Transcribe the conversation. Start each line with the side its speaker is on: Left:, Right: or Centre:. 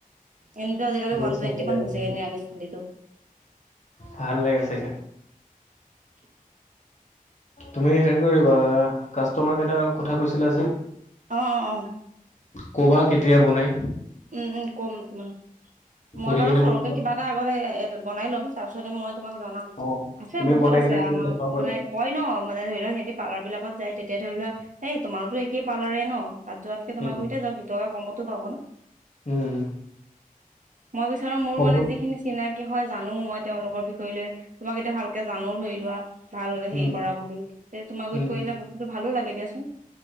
Right: এনেতটো আজিকালি
Left: গৈ
Right: ওান
Left: চাব
Right: টুৱেটিান
Left: লাগিব
Right: হৈছে
Left: এদিন
Right: এ নিৰামষ ছালিতো
Left: ভাল লাগে চাগে
Right: উ
Left: তুমি হেৰি কৰিবা কাষ্টমাৰ কেইটটা কথা কৈছিলা যে
Right: অ অ অ
Left: কবাত কেতিয়া বনাই
Right: উম উ কম তোমাক
Left: <unintelligible>
Right: মই বাৰু সৰুকে
Left: মোক ক'বা
Right: কিবা এটা আগতে এ বনাই ল'ম তাৰপিছতে মই তোমাক জনাম
Left: অ
Right: আছে
Left: তুমি
Right: বহুত
Left: বনাই
Right: আছে
Left: কিনে তুমি
Right: অ',
Left: দেখাব পাৰিবা।
Right: মানে কয় ন মানে ধৰি লওক সিহঁতি পাৰ্লাৰবিলাকত যায় তে এতিয়া ধৰি ললা এই তোমাৰো একেই পৰ্লাৰে ন তাত যোৱাতকে
Left: উম,
Right: তোমাকো এতিয়া যাওক দুটকা কমতো পাব ন।
Left: উম,
Right: মই বিচাৰো মোৰ
Left: হ'ব
Right: মানে যিখিনি চিনাকি কি হয় জানো মই তেওঁলোকৰ বিষয় লৈ তোমাক এতিয়া ভালকে জানো ধৰি লোৱা ভাল হলে
Left: উম,
Right: হেৰি কৰা বুলি তেয়া তোমাক
Left: উম,
Right: গৰিত কৰিলে বস্তুটো ভালো লাগে দিয়াচোন।